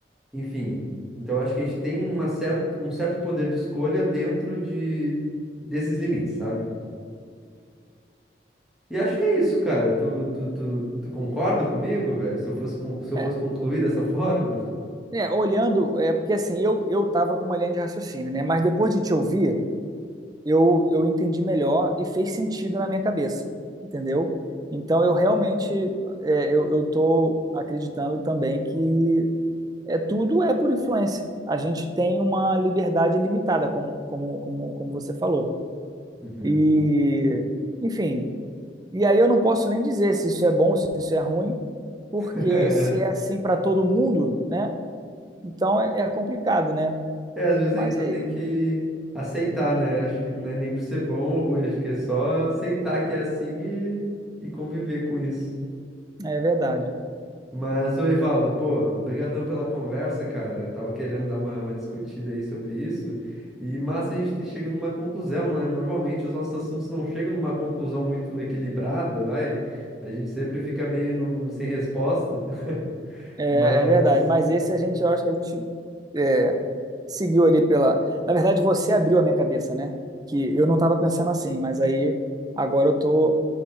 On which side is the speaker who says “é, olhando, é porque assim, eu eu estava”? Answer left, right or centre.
Right